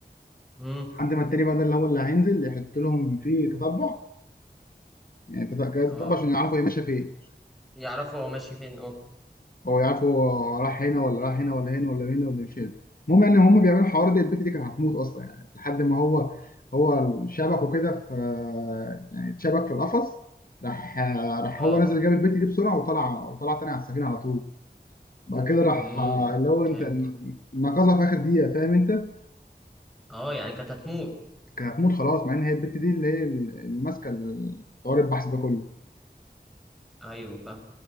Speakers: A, in the centre; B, on the left.
A: امم
B: لحد ما التاني بقى ده اللي هو اللي هينزل يحط لهم فيه تتبع يعني تت- جهاز
A: اه
B: تتبع عشان يعرفوا هي ماشيه فين
A: يعرفوا هو ماشي فين اه
B: او يعرفوا هو راح هنا ولا راح هنا ولا هنا ولا هنا ولا مش هنا المهم يعني هم بيعملوا الحوار ده البت دي كانت هتموت اصلا يعني لحد ما هو هو شبك وكده في يعني اتشبك في القفص راح راح
A: اه
B: هو نزل جاب البت دي بسرعه وطلع وطلع تاني على السفينه على طول بعد كده راح
A: امم
B: اللي هو انت
A: فهمت
B: نقذها في اخر دقيقه فاهم انت
A: اه يعني كانت هتموت
B: كانت هتموت خلاص مع ان هي البت دي اللي هي اللي ماسكه حوار البحث ده كله
A: ايوه فاهم